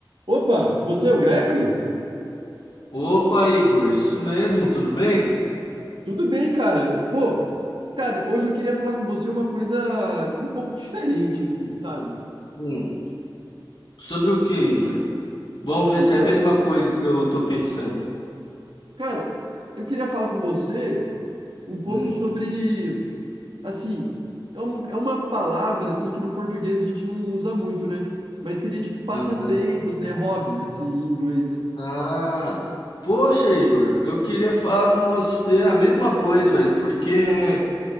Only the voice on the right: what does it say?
Opa, você é o Gregory?
Tudo bem, cara? Pô, cara, hoje eu queria falar com você uma coisa um pouco diferente, assim, sabe?
Então,
cara, eu queria falar com você um pouco
sobre, assim, é, um- é uma palavra, assim, que no português a gente não usa muito, né? Mas seria tipo passatempos,
né? Hobbies, assim, em inglês, né? O